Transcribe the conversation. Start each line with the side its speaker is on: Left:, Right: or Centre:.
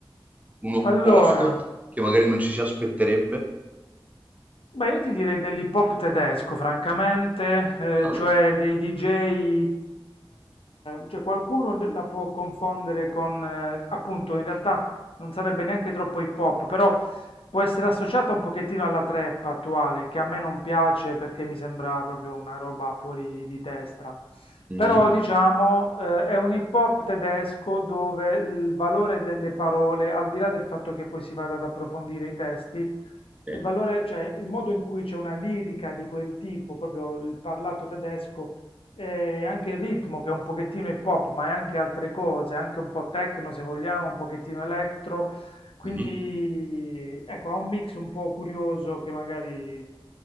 Right: un opposto
Left: Allora.
Right: che magari non ci si aspetterebbe
Left: Beh, io ti direi dell'hip hop tedesco, francamente, eh,
Right: dal...
Left: cioè dei DJ, eh, cioè qualcuno de- la può confondere con, eh, appunto, in realtà non sarebbe neanche troppo hip hop, però può essere associata un pochettino alla trap attuale, che a me non piace perché mi sembra proprio una roba fuori di testa.
Right: Mm,
Left: Però diciamo, eh, è un hip hop tedesco dove il valore delle parole, al di là del fatto che poi si vada ad approfondire i testi,
Right: sì.
Left: il valore, cioè il modo in cui c'è una lirica di quel tipo, proprio il parlato tedesco, e anche il ritmo che è un pochettino hip hop, ma è anche altre cose, anche un po' techno se vogliamo, un pochettino electro, quindi
Right: mhm.
Left: ecco, ha un mix un po' curioso che magari eh,